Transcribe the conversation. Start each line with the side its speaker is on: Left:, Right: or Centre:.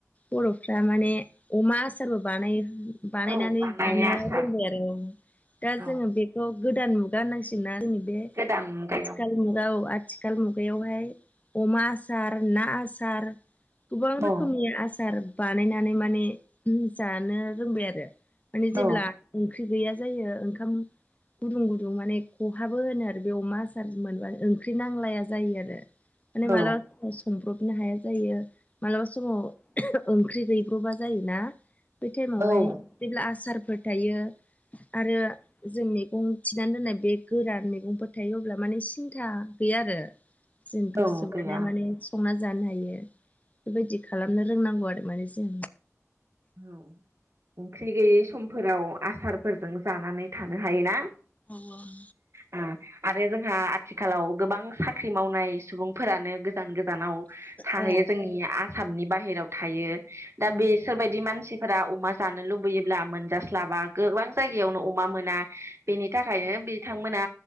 Left: बर'फ्रा माने अमा आसारबो बानायो बानायनानै
Right: औ बानायो
Left: जानो
Right: आसार
Left: रोंबाय आरो दा जोङो
Right: औ
Left: बेखौ गोदान मुगा होननांसिगोनना जोंनि बे
Right: गोदान मुगायाव
Left: आथिखाल मुगा औ आ थिखाल मुगायावहाय अमा आ सार ना आसार, गोबां रोखोमनि
Right: औ
Left: आसार बानायनानै माने जानो रोंबाय आरो। माने
Right: औ
Left: जेब्ला ओं ख्रि गैया जायो ओंखाम गुदुं गुदुं माने खहाबो होनो आरो बे अमा आसार मोनबानो ओंख्रि नांलाया जायो आरो। माने
Right: औ
Left: माला संब्रबनो हाया जायो। मलाबा समाव ओं ख्रि गैब्र'बा जायोना। बे टाइमावहाय
Right: औ
Left: जेब्ला आसार फोर थायो आरो जोंनि औ थिनानै दोननाय बे गोरान मैगंफोर थायो अब्ला माने सिन्था गैया आरो जों गोसोबादि
Right: औ गैया
Left: माने संना जानो हायो बेबायदि खालामनो रोंनांगौ आरो माने जों।
Right: औ ओंख्रि गैयै समफोराव आसारफोरजों जानानै थानो हायोना?
Left: औ ओं
Right: ओ आरो जोंहा आथिखालाव गोबां साख्रि मावनाय सुबुंफोरानो गोजान गोजानाव थाहैयो
Left: औ
Right: जोंनि आ सामनि बाहेरायाव थायो। दा
Left: औ
Right: बे मानसिफोरा अमा जानो लुबैयोब्ला मोनजास्ला लाबा गोबां जायगायावनो अ मा मोना। बेनि थाखायनो बिथांमोना